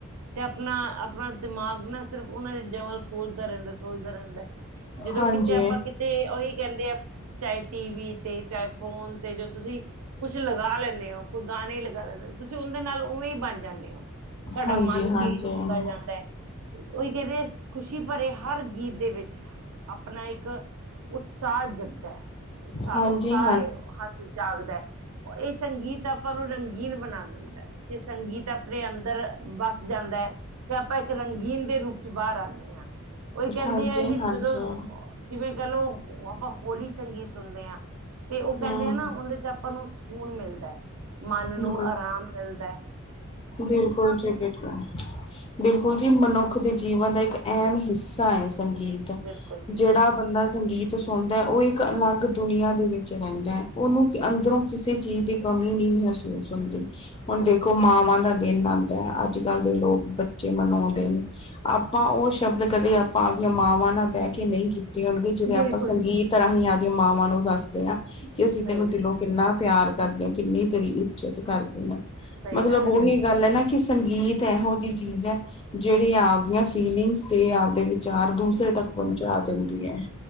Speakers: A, on the right; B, on the left.
A: ਤੇ ਆਪਣਾ-ਆਪਣਾ ਦਿਮਾਗ ਨਾ ਸਿਰਫ ਉਹਨਾਂ ਚੀਜ਼ਾਂ ਵੱਲ ਸੋਚਦਾ ਰਹਿੰਦੈ-ਸੋਚਦਾ ਰਹਿੰਦੈ। ਜਦੋਂ
B: ਹਾਂਜੀ
A: ਕਿਤੇ ਆਪਾਂ ਕਿਤੇ ਉਹੀ ਕਹਿੰਦੇ ਐ, ਚਾਹੇ ਟੀ ਵੀ ਤੇ ਚਾਹੇ ਫੋਨ ਤੇ ਜੋ ਤੁਸੀਂ, ਕੁਛ ਲਗਾ ਲੈਨੇ ਓ ਕੋ ਗਾਨੇ ਈ ਲਗਾ ਲੈਨੇ ਓ ਤੁਸੀਂ ਉਹਨਦੇ ਨਾਲ ਉਵੇਂ ਈ ਬਣ ਜਾਂਨੇ ਓ, ਤੁਹਾਡਾ
B: ਹਾਂਜੀ
A: ਮਨ
B: ਹਾਂਜੀ ਹਾਂਜੀ
A: ਚੇਂਜ ਹੁੰਦਾ ਜਾਂਦੈ। ਉਹੀ ਕਹਿੰਦੇ, ਖੁਸ਼ੀ ਭਰੇ ਹਰ ਗੀਤ ਦੇ ਵਿੱਚ ਆਪਣਾ ਇੱਕ, ਉਤਸਾਹ ਜਗਦਾ ਐ। ਉਤਸ਼ਾਹ
B: ਹਾਂਜੀ
A: ਐ ਹਾਂਜੀ ਜਾਗਦਾ ਐ ਇਹ ਸੰਗੀਤ ਆਪਾਂ ਨੂੰ ਰੰਗੀਨ ਬਣਾ ਦਿੰਦੈ। ਜੇ ਸੰਗੀਤ ਆਪਣੇ ਅੰਦਰ ਵਸ ਜਾਂਦੈ। ਤੇ ਆਪਾਂ ਇੱਕ ਰੰਗੀਨ ਦੇ ਰੂਪ ਚ ਬਾਹਰ ਆਨੇ ਆ। ਉਹੀ ਕਹਿੰਦੇ
B: ਹਾਂਜੀ
A: ਐ ਕਿ
B: ਹਾਂਜੀ
A: ਜਦੋਂ ਜਿਵੇਂ ਕਹਿ ਲਓ, ਆਪਾਂ ਹੋਲੀ ਸੰਗੀਤ ਸੁਣਦੇ ਆਂ। ਤੇ ਉਹ ਕਹਿੰਦੇ
B: ਹਮ
A: ਐ ਨਾ, ਉਹਦੇ ਚ ਆਪਾਂ ਨੂੰ ਸਕੂਨ ਮਿਲਦੈ, ਮਨ ਨੂੰ
B: ਹਮ
A: ਆਰਾਮ ਮਿਲਦੈ।
B: ਬਿਲਕੁਲ ਜੀ, ਬਿਲ ਬਿਲਕੁਲ ਜੀ, ਮਨੁੱਖ ਦੇ ਜੀਵਨ ਦਾ ਇੱਕ ਅਹਿਮ ਹਿੱਸਾ ਐ ਸੰਗੀਤ।
A: ਬਿਲਕੁਲ ਜੀ
B: ਜਿਹੜਾ ਬੰਦਾ ਸੰਗੀਤ ਚ ਹੁੰਦਾ, ਉਹ ਇੱਕ ਅਲੱਗ ਦੁਨੀਆਂ ਦੇ ਵਿੱਚ ਰਹਿੰਦਾ ਹੈ ਉਹਨੂੰ ਅੰਦਰੋਂ ਕਿਸੇ ਚੀਜ਼ ਦੇ ਕਮੀ ਨਹੀਂ ਮਹਿਸੂਸ ਹੁੰਦੀ। ਹੁਣ ਦੇਖੋ ਮਾਵਾਂ ਦੀ ਦਾ ਦਿਨ ਆਉਂਦਾ ਹੈ ਅੱਜ ਕੱਲ੍ਹ ਦੇ ਲੋਕ ਬੱਚੇ ਮਨਾਉਂਦੇ ਨੇ ਆਪਾਂ ਉਹ ਸ਼ਬਦ ਕਦੇ ਆਪਾਂ ਉਹਦੀਆਂ ਮਾਵਾਂ ਨਾਲ ਬਹਿ ਕੇ ਨਹੀਂ ਕੀਤਾ ਣਗੇ, ਜਿਵੇਂ
A: ਬਿਲਕੁਲ
B: ਆਪਾਂ ਸੰਗੀਤ
A: ਜੀ,
B: ਰਾਹੀਂ ਆਪਦੀਆਂ ਮਾਵਾਂ ਨੂੰ ਦੱਸਦੇ ਹਾਂ। ਕਿ ਅਸੀਂ
A: ਸਹੀ
B: ਤੈਨੂੰ ਦਿਲੋਂ
A: ਗੱਲ ਹੈ
B: ਕਿੰਨਾ ਪਿਆਰ ਕਰਦੇ ਹਾਂ, ਕਿੰਨੀ ਤੇਰੀ ਇੱਜਤ ਕਰਦੇ ਹਾਂ,
A: ਸਹੀ
B: ਮਤਲਬ
A: ਗੱਲ ਹੈ
B: ਉਹੀ
A: ਬਿਲਕੁਲ
B: ਗੱਲ ਹੈ ਨਾ ਕਿ ਸੰਗੀਤ ਇਹੋ ਜਿਹੀ ਚੀਜ਼ ਹੈ ਜਿਹੜੀ ਆਪਦੀਆਂ ਫੀਲਿੰਗਸ ਤੇ ਆਪਦੇ ਚਾਰ, ਦੂਸਰੇ ਤੱਕ ਪਹੁੰਚਾ ਦਿੰਦੀ ਹੈ।